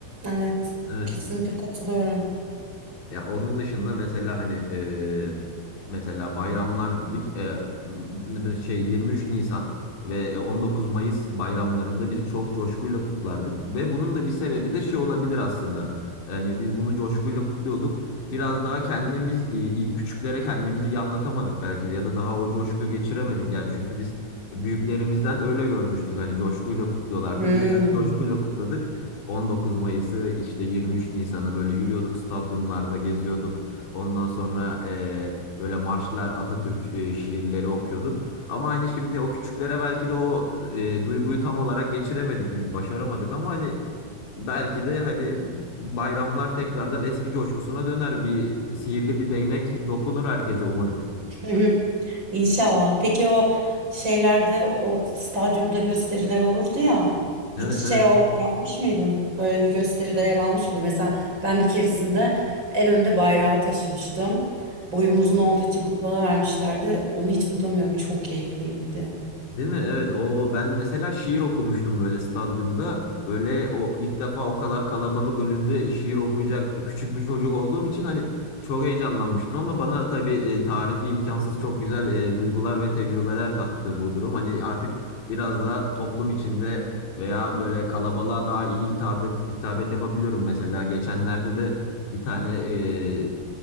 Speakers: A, on the right; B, on the left.
A: Evet.
B: Evet.
A: Kesinlikle katılıyorum.
B: Ya onun dışında mesela hani e, mesela bayramlar dedik. E, m- şey 23 Nisan ve 19 Mayıs bayramlarında biz çok coşkuyla kutlardık ve bunun da bir sebebi de şey olabilir aslında. Yani biz bunu coşkuyla kutluyorduk. Biraz daha kendimiz i- i- küçüklere kendimizi iyi anlatamadık belki de ya da daha o coşkuyu geçiremedik yani çünkü biz büyüklerimizden öyle görmüştük hani coşkuyla kutluyorlardı.
A: Hmm.
B: Biz de hani coşkuyla kutladık. 19 Mayıs'ı işte 23 Nisan'ı böyle yürüyorduk stadyumlarda geziyorduk. Ondan sonra e, böyle marşlar Atatürk e, şiirleri okuyorduk. Ama hani şimdi o küçüklere belki de o e, duyguyu tam olarak geçiremedik biz başaramadık ama hani belki de hani bayramlar tekrardan eski coşkusuna döner bir sihirli bir değnek dokunur herkese umarım.
A: Hı hı. İnşallah. Peki o şeylerde o stadyumda gösteriler olurdu ya.
B: Evet
A: Hiç şey
B: evet
A: o yapmış mıydın? Böyle bir gösteride yer almış mıydın? Mesela ben bir keresinde en önde bayrağı taşımıştım. Boyum uzun olduğu için bana vermişlerdi. Onu hiç unutamıyorum. Çok keyifliydi.
B: Değil mi? Evet. O ben mesela şiir okumuştum böyle stadyumda. Böyle o ilk defa o kadar kalabalık önünde şiir okuyacak küçük bir çocuk olduğum için hani çok heyecanlanmıştım ama bana tabii e, tarifi imkansız çok güzel e, duygular ve tecrübeler kattı bu durum. Hani artık biraz daha toplum içinde veya böyle kalabalığa daha iyi hitabet hitabet yapabiliyorum. Mesela geçenlerde de bir tane e,